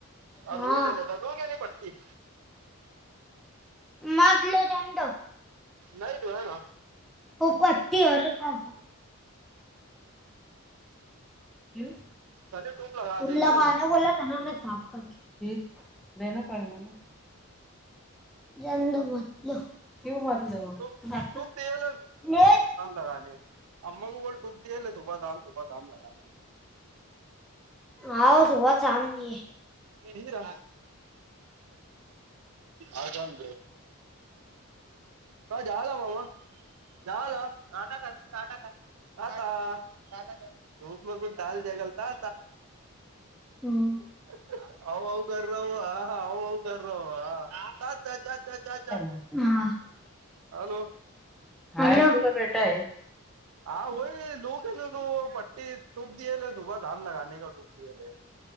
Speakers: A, in the centre; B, on the right.
A: हाँ
B: औ रुईता लु गेली पट्टी
A: मागल जंद
B: नईत आहे ना
A: हो अतीर का तुम्ही
B: चलिए टूप लगा देंगे
A: लखना
B: है ना
A: बोला ना साफ कर ह देना पडेग ना जंद मतलं तव
B: टूप
A: म
B: टूप दिए
A: म
B: <unintelligible> अम्ग बोल टुट दिेले सुभाध दम सुबाधम लगाने
A: हव सुभात शमली
B: हीरा अजण का झाला बाबा झाला नाटक काटा धूप मे कुछ डल द गलता
A: हम्म
B: <unintelligible>
A: हा.
B: हॅलो.
A: हॅलो तु का बेटा हे
B: हा वई लोकेले तू पट्टी टुब दिले सुब घाम लगने का टुब दिले